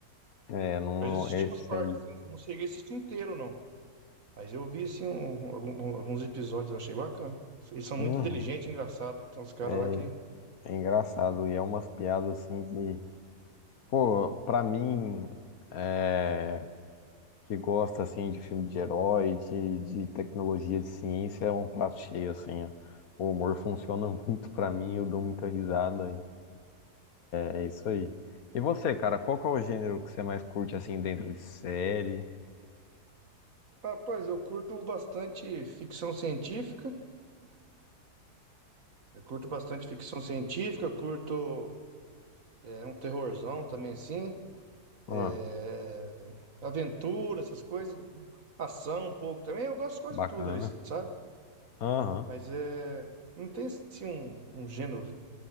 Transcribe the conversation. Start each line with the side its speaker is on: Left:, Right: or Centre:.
Left: É, não,
Right: Mas eu assisti
Left: esse
Right: umas partes,
Left: aí.
Right: sim, não cheguei a assistir inteiro, não. Mas eu vi assim um- um, algum- um, alguns episódios, eu achei bacana. Eles são
Left: Uhum.
Right: muito inteligentes, engraçados. Tem uns caras
Left: É,
Right: lá que.
Left: é engraçado. E é umas piadas assim que. Pô, pra mim, é, que gosta assim de filme de herói, de, de tecnologia, de ciência, é um prato cheio, assim, ó. O humor funciona <laughs> muito pra mim, eu dou muita risada. e É isso aí. E você, cara, qual que é o gênero que você mais curte assim dentro de série?
Right: Rapaz, eu curto bastante ficção científica. Eu curto bastante ficção científica, eu curto é, um terrorzão também, assim. é,
Left: Ah,
Right: aventura, essas coisas. Ação um pouco também. Eu gosto de quase
Left: bacana.
Right: tudo ali, sabe?
Left: Aham.
Right: Mas é. Não tem assim um, um gênero